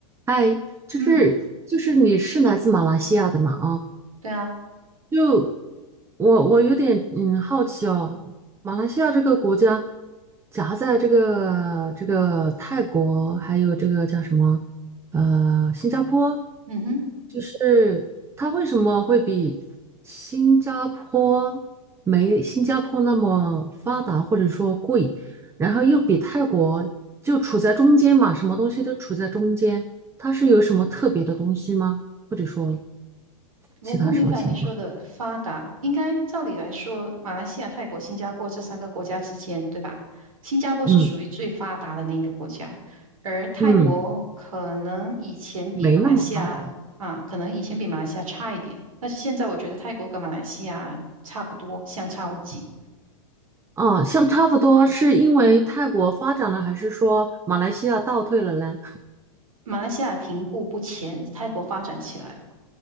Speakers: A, on the right; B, on the right.
A: 哎，就是就是你是来自马来西亚的嘛？
B: 嗯，对啊，
A: 不。我我有点嗯好奇哦，马来西亚这个国家夹在这个这个泰国还有这个叫什么呃新加坡，
B: 嗯哼，
A: 就是它为什么会比新加坡没新加坡那么发达或者说贵，然后又比泰国就处在中间嘛，什么东西都处在中间，它是有什么特别的东西吗？或者说
B: 我不明白你说的发达，
A: 其他什么情况？
B: 应该照理来说，马来西亚、泰国、新加坡这三个国家之间，对吧？新加坡是属于最发达的那一个国家，
A: 嗯
B: 而泰国可能以前比马来西亚啊，
A: 嗯。没那么发达
B: 可能以前比马来西亚差一点，但是现在我觉得泰国跟马来西亚差不多，相差无几。
A: 啊，像差不多，是因为泰国发展了，还是说马来西亚倒退了嘞？
B: 马来西亚停步不前，泰国发展起来了。